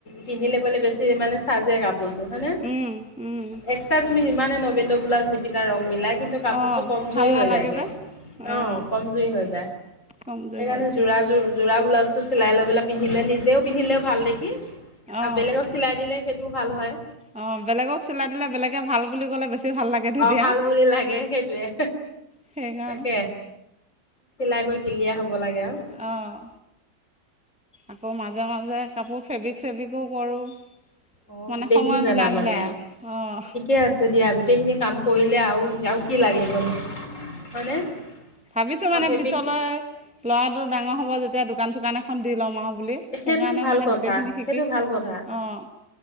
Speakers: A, on the left (about 40°); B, in the centre.
A: পিন্ধিলে গ'লে বেছি চাজে কাপোৰযোৰ হয়নে?
B: উম উম
A: এক্সট্ৰা তুমি যিমানে নবেদ ব্লাউজ নিপিন্ধা ৰং মিলাই কিন্তু কাপোৰযোৰ
B: অঁ
A: কম
B: ভাল
A: জুৰি
B: নালাগে
A: হৈ যায়। অ
B: যে অঁ
A: কমজুৰি হৈ যায়। সেইকাৰণে
B: কমজোৰ হৈ যায়
A: যোৰাযোৰ যোৰা ব্লাউজটো চিলাই লৈ পেলাই পিন্ধিলে নিজেও পিন্ধিলেও ভাল দেখি। আৰু
B: অঁ
A: বেলেগক চিলাই দিলে সেইটোও ভাল হয়।
B: অঁ বেলেগক চিলাই দিলে বেলেগে ভাল বুলি ক'লে বেছি ভাল লাগে তেতিয়া
A: অ ভাল বুলি লাগে সেইটোয়ে
B: সেইকাৰণে
A: তাকে চিলাই কৰি কি দিয়া হ'ব লাগে আৰু।
B: অঁ আকৌ মাজে মাজে কাপোৰ ফেব্ৰিক চেব্ৰিকো কৰোঁ।
A: অ
B: মানে
A: গোটেইখিনি
B: সময়
A: জানা
B: মিলাই
A: মানে
B: মিলাই আৰু অঁ
A: ঠিকে আছে দিয়া। গোটেইখিনি কাম কৰিলে আৰু আৰু কি লাগে মানে হয়নে।
B: ভাবিছো
A: অ
B: মানে
A: ফেব্ৰিক
B: পিছলৈ ল'ৰাটো ডাঙৰ হ'ব যেতিয়া দোকান চোকান এখন দি ল'ম আৰু। বুলি সেইকাৰণে
A: সেইটোতো ভাল
B: মানে
A: কথা।
B: গোটেইখিনি শিকি
A: সেইটো ভাল কথা
B: অঁ